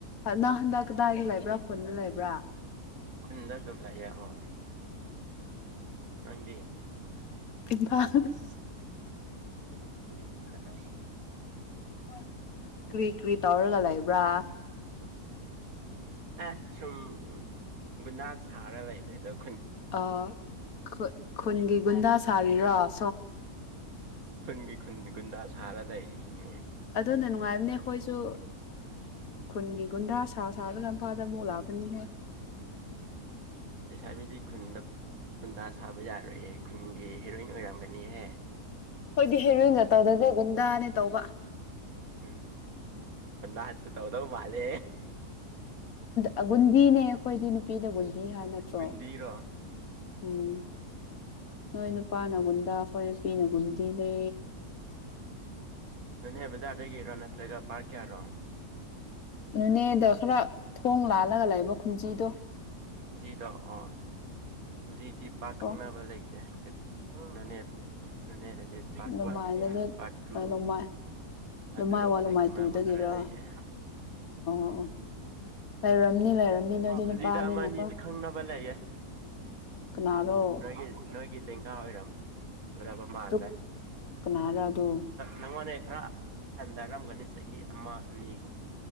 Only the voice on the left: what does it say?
ꯅ ꯍꯟꯗꯛ ꯀꯗꯥꯏꯗ ꯂꯩꯕ꯭ꯔꯥ ꯈꯨꯟꯗ ꯂꯩꯕ꯭ꯔꯥ
ꯏꯝꯐꯥꯜ
<inaudible> ꯀ꯭ꯔꯤ ꯀ꯭ꯔꯤ ꯇꯧꯔꯒ ꯂꯩꯕ꯭ꯔꯥ
ꯑ ꯈꯨꯟꯒꯤꯒꯨꯟꯗꯥ ꯁꯥꯔ <unintelligible>
ꯑꯗꯨꯅ ꯅꯨꯡꯉꯥꯏꯕꯅꯦ ꯑꯩꯈꯣꯏꯁꯨ ꯈꯨꯟꯒꯤ ꯒꯨꯗꯥ ꯍꯥ ꯁꯥꯥ ꯁꯥꯕ ꯂꯝ ꯐꯥꯗ ꯃꯣꯂꯥꯕꯅꯤ ꯍꯥꯏ
ꯍꯣꯏꯗꯤ ꯍꯦꯔꯣꯏꯟꯗ ꯇꯧꯗꯁꯦ ꯒꯨꯟꯗꯥꯅꯦ ꯇꯧꯕ
ꯒꯕꯨꯟꯗꯤꯅꯦ ꯑꯩꯈꯣꯏꯗꯅꯤ ꯅꯨꯄꯤꯗꯕꯨ <unintelligible> ꯅꯠꯇ꯭ꯔꯣ
ꯎꯝ ꯅꯣꯏ ꯅꯨꯄꯥꯅꯒꯨꯟꯗꯦ ꯑꯩꯈꯣꯏ ꯅꯨꯄꯤꯅ ꯒꯨꯟꯗꯤ ꯅꯦ
ꯅꯅꯦꯗ ꯈꯔ ꯊꯣꯡ ꯂꯥꯜꯂꯒ ꯂꯩꯕ ꯈꯨꯟꯖꯤꯡꯗꯣ
ꯊꯣꯡ
ꯂꯨꯃꯥꯏꯗꯗꯤ
ꯂꯨꯃꯥꯏ
ꯂꯨꯃꯥꯏ ꯋꯥꯟ ꯂꯨꯃꯥꯏ
ꯇꯨꯗꯒꯤꯔ
ꯑꯣ ꯑꯣ ꯂꯩꯔꯝꯅꯤ ꯂꯩꯔꯝꯅꯤ ꯅꯣꯏꯗꯤ
ꯅꯨꯄꯥꯅꯤꯅꯀꯣ
ꯀꯅꯥꯔꯣ
ꯑꯗꯨ ꯀꯅꯥꯔ ꯑꯗꯨ